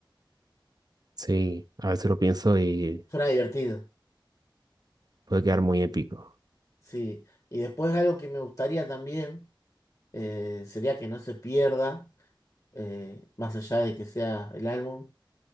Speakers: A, on the right (about 50°); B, on the left (about 40°).
A: sí. A veces lo pienso y
B: Suena divertido,
A: puede quedar muy épico.
B: sí. Y después algo que me gustaría también eh, sería que no se pierda, eh, más allá de que sea el álbum.